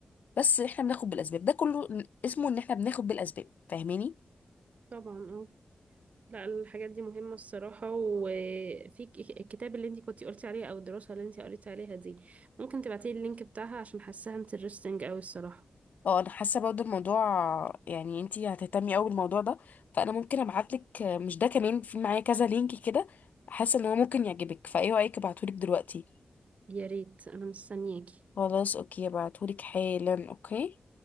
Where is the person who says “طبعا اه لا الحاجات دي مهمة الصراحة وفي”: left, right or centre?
Right